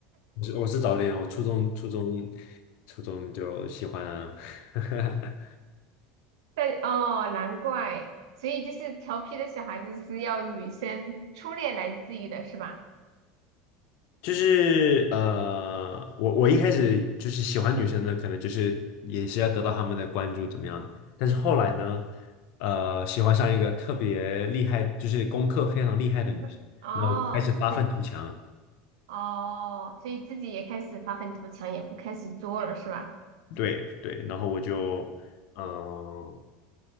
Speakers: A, on the left (about 60°); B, on the right (about 90°).
A: 我是我是早恋，我初中初中初中就喜欢啊，<laughs>
B: 但哦，难怪，所以就是调皮的小孩子是要女生初恋来治愈的，是吧？
A: 就是呃，我我一开始就是喜欢女生呢，可能就是也是要得到她们的关注怎么样的，但是后来呢，呃，喜欢上一个特别厉害，就是功课非常厉害的女生，
B: 嗯哦，
A: 那开始发愤图强，
B: 成哦，所以自己也开始发愤图强，也不开始作了，是吧？
A: 对对，然后我就。嗯，